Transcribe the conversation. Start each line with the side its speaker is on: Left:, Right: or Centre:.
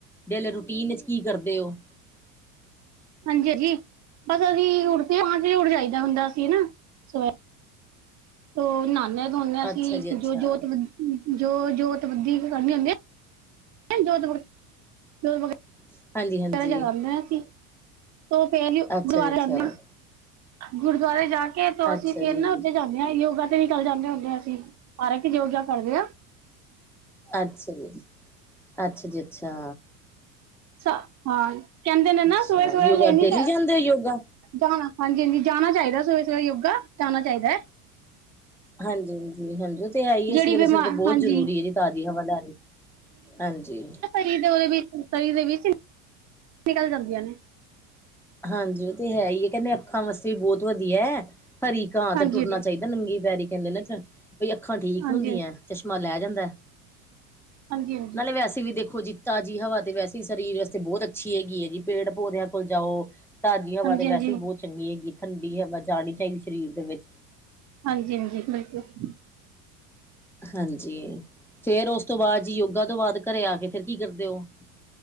Centre: ਡੇਲੇ ਰੂਟੀਨ ਚ ਕੀ ਕਰਦੇ ਓ?
Right: ਹਾਂਜੀ-ਹਾਂਜੀ, ਬਸ ਅਸੀਂ ਉਠਜੇ ਹਾਜੀ ਉੜ ਜਾਈਦਾ ਹੁੰਦਾ ਸੀ ਨਾ, ਸਵੇ ਤੋ ਨਾਨੇ ਧੋਂਨੇ ਆ ਅਸੀਂ
Centre: ਅੱਛਾ ਜੀ ਅੱਛਾ
Right: ਜੋ ਜੋਤ ਬ, ਜੋ ਜੋਤ ਬੱਧੀ ਕਰਨੇ ਹੁਦੇ। <unintelligible>
Centre: <unintelligible> ਹਾਂਜੀ
Right: ਪਹਿਰਾ ਜਗਾਦੇ ਆ ਅਸੀਂ। ਤੋ ਫੇਰ ਜੀ, ਗੁਰਦੁਆਰੇ
Centre: ਅੱਛਾ ਅੱਛਾ
Right: ਜਾਨਿਆ, ਗੁਰਦੁਆਰੇ ਜਾ ਕੇ ਤੋ
Centre: ਅੱਛਾ
Right: ਅਸੀਂ ਫੇਰ
Centre: ਜੀ
Right: ਨਾ ਉੱਥੇ ਜਾਂਨੇ ਯੋਗਾ ਤੇ ਵੀ ਨਿਕਲ ਜਾਂਦੇ ਹੁਨੇ ਐ ਅਸੀਂ, ਹਰ ਇੱਕ ਯੋਗਾ ਕਰਦੇ ਆ।
Centre: ਅੱਛਾ ਜੀ, ਅੱਛਾ ਜੀ ਅੱਛਾ।
Right: ਚਾ ਹਾਂ ਕਹਿੰਦੇ ਨੇ ਨਾ
Centre: ਅੱਛਾ
Right: ਸਵੇਰੇ-ਸਵੇਰੇ
Centre: ਯੋਗਾ
Right: ਲੈਣੀ
Centre: ਡੇਲੀ
Right: ਚਾ
Centre: ਜਾਂਦੇ ਹੋ ਯੋਗਾ
Right: ਜਾਣਾ, ਹਾਂਜੀ-ਹਾਂਜੀ ਜਾਣਾ ਚਾਹੀਦਾ ਸਵੇਰੇ-ਸਵੇਰੇ ਯੋਗਾ ਜਾਣਾ ਚਾਹੀਦਾ ਐ।
Centre: ਹਾਂਜੀ। ਹਾਂਜੀ ਉਹ ਤੇ ਐ ਏ
Right: ਜਿਹੜੀ
Centre: ਸਵੇਰੇ
Right: ਬਿਮਾਰ
Centre: ਸਵੇਰੇ ਤੇ ਬਹੁਤ
Right: ਹਾਂਜੀ
Centre: ਜ਼ਰੂਰੀ ਏ ਤਾਜ਼ੀ ਹਵਾ ਲੈਣੀ, ਹਾਂਜੀ।
Right: ਸੀ ਦੇ ਉਹਦੇ ਵਿੱਚ ਸਹੀ ਦੇ ਵਿੱਚ ਨਾ, ਨਿਕਲ ਜਾਂਦੀਆਂ ਨੇ।
Centre: ਹਾਂਜੀ ਉਹ ਤੇ ਹੈ ਹੀ ਕਹਿੰਦੇ ਅੱਖਾਂ ਵਾਸਤੇ ਵੀ ਬਹੁਤ ਵਧੀਆ ਹੈ ਹਰੀ ਘਾਹ ਤੇ
Right: ਹਾਂਜੀ
Centre: ਟੁਰਨਾ ਚਾਹੀਦਾ ਨੰਗੇ ਪੈਰੀ ਕਹਿੰਦੇ ਨੇ ਅੱਖਾਂ ਠੀਕ
Right: ਹਾਂਜੀ
Centre: ਹੁੰਦੀਆਂ
Right: ਹਾਂਜੀ
Centre: ਚਸ਼ਮਾ ਲਹਿ ਜਾਂਦਾ,
Right: ਹਾਂਜੀ ਹਾਂਜੀ ਹਾਂਜੀ
Centre: ਨਾਲੇ ਵੈਸੇ ਵੀ ਦੇਖੋ ਜੀ ਤਾਜ਼ੀ ਹਵਾ ਤੇ ਵੈਸੇ ਹੀ ਸਰੀਰ ਵਾਸਤੇ ਬਹੁਤ ਅੱਛੀ ਹੈਗੀ ਏ ਜੀ ਪੇੜ ਪੌਦਿਆਂ ਕੋਲ ਜਾਓ, ਤਾਜ਼ੀ ਹਵਾ
Right: ਹਾਂਜੀ
Centre: ਤੇ ਵੈਸੇ ਹੀ ਬਹੁਤ ਚੰਗੀ ਹੈਗੀ ਠੰਡੀ ਹਵਾ ਜਾਣੀ ਚਾਹੀਦੀ ਸਰੀਰ ਦੇ ਵਿੱਚ
Right: ਹਾਂਜੀ-ਹਾਂਜੀ, ਬਿਲਕੁਲ।
Centre: ਹਾਂਜੀ, ਫੇਰ ਉਸ ਤੋਂ ਬਾਅਦ ਜੀ ਯੋਗਾ ਤੋਂ ਬਾਅਦ ਘਰੇ ਆ ਕੇ ਫੇਰ ਕੀ ਕਰਦੇ ਹੋ?